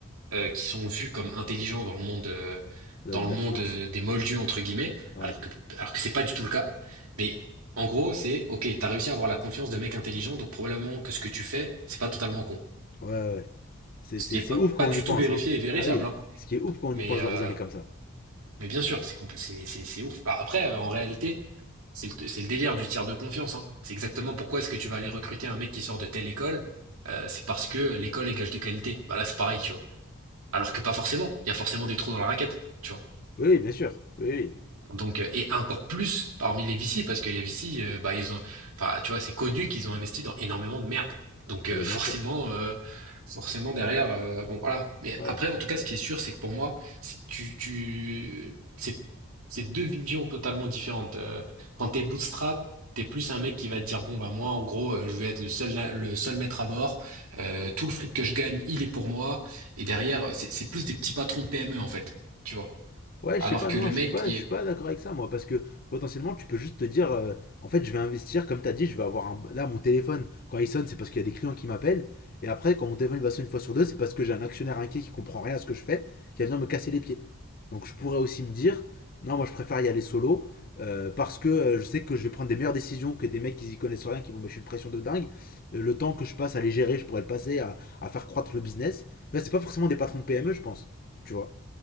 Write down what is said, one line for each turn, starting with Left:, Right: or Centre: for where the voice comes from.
Right: euh, qui sont vus comme intelligents dans le monde, euh,
Left: de,
Right: dans
Left: la- de
Right: le
Left: la
Right: monde
Left: finance.
Right: euh, des moldus, entre guillemets,
Left: Ouais,
Right: alors que, alors que c'est pas du tout le cas. Mais en gros, c'est, ok, t'as réussi à avoir la confiance de mecs intelligents, donc probablement que ce que tu fais, c'est pas totalement con.
Left: ouais, ouais. ouais. C'est,
Right: Ce
Left: c'est,
Right: qui est
Left: c'est
Right: pas,
Left: ouf quand
Right: pas
Left: on
Right: du
Left: y pense,
Right: tout vérifié
Left: hein.
Right: et vérifiable,
Left: Ah oui,
Right: hein.
Left: ce qui est ouf quand
Right: Mais,
Left: on y pense
Right: euh,
Left: de raisonner comme ça.
Right: mais bien sûr, c'est compl- c'est, c'est, c'est ouf. Bah, après, euh, en réalité, c'est le, c'est le délire du tiers de confiance, hein. C'est exactement pourquoi est-ce que tu vas aller recruter un mec qui sort de telle école, euh, c'est parce que l'école est gage de qualité. Bah là, c'est pareil, tu vois. Alors que pas forcément. Il y a forcément des trous dans la raquette. tu vois.
Left: Oui, oui, bien sûr. Oui, oui.
Right: Donc, euh, et encore plus parmi les VC, parce que les VC, euh, bah, ils ont, enfin, tu vois, c'est connu qu'ils ont investi dans énormément de merde. Donc, euh,
Left: Ah bah
Right: forcément,
Left: bien sûr.
Right: euh, forcément derrière, euh, bon, voilà. Mais
Left: Ouais.
Right: après, en tout cas, ce qui est sûr, c'est que pour moi, c'est- tu, tu, c'est, c'est deux visions totalement différentes. Euh, quand t'es bootstrap, t'es plus un mec qui va te dire, bon, bah, moi, en gros, euh, je vais être le seul, le seul maître à bord. Euh, tout le fric que je gagne, il est pour moi. Et derrière, c'est c'est plus des petits patrons de PME, en fait. Tu vois.
Left: Ouais,
Right: Alors
Left: je sais pas,
Right: que
Left: non,
Right: le
Left: je
Right: mec
Left: suis pas,
Right: qui
Left: je
Right: est
Left: suis pas d'accord avec ça, moi, parce que potentiellement, tu peux juste te dire, euh, en fait, je vais investir, comme t'as dit, je vais avoir un... Là, mon téléphone, quand il sonne, c'est parce qu'il y a des clients qui m'appellent, et après, quand mon téléphone il va sonner une fois sur deux, c'est parce que j'ai un actionnaire inquiet qui comprend rien à ce que je fais, qui va venir me casser les pieds. Donc, je pourrais aussi me dire, non, moi, je préfère y aller solo, euh, parce que euh, je sais que je vais prendre des meilleures décisions que des mecs qui y connaissent rien, qui vont me mettre une pression de dingue. Euh, Le temps que je passe à les gérer, je pourrais le passer à, à faire croître le business. Là, c'est pas forcément des patrons de PME, je pense, tu vois.